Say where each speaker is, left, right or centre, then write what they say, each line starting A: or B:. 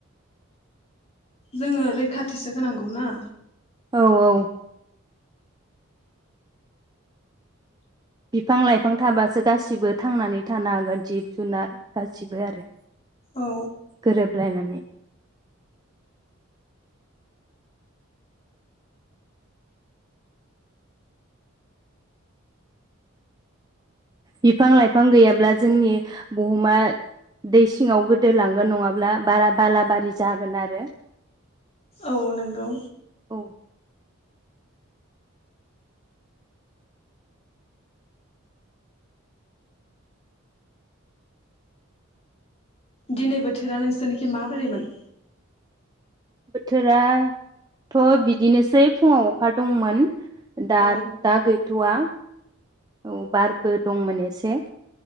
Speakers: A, on the left; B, on the right.
A: जोङो रैखाथिसो होनांगौ ना।
B: औ-औ। बिफां-लाइफां थाबासो गासिबो थांनानै थानो हागोन जिब-जुनार गासिबो आरो।
A: औ
B: गोरोबलायनानै। बिफां-लाइफां गैयाब्ला जोंनि बुहुमा दै सिङाव गोदोलांगोन नङाब्ला बारा बालाबारि जागोन आरो।
A: औ नंगौ।
B: औ
A: दिनै बोथोरा नोंसोरनिखि माबोरैमोन।
B: बोथोरा थ बिदिनोसै फुङाव अखा दंमोन। दा
A: औ
B: दा गैथवा। औ बारबो दंमोन एसे।